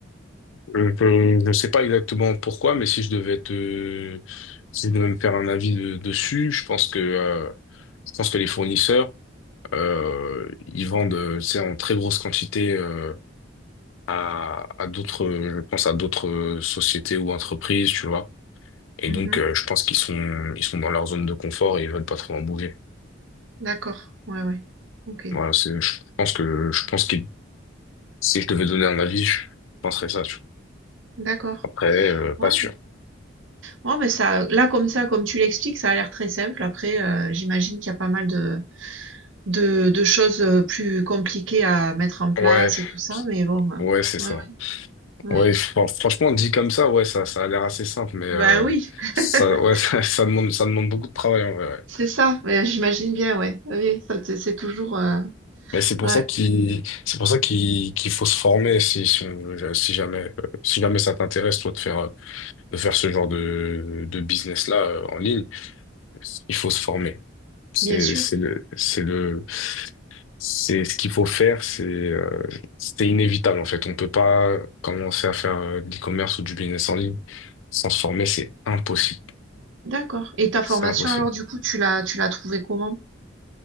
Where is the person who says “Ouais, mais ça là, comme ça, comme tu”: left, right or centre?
Right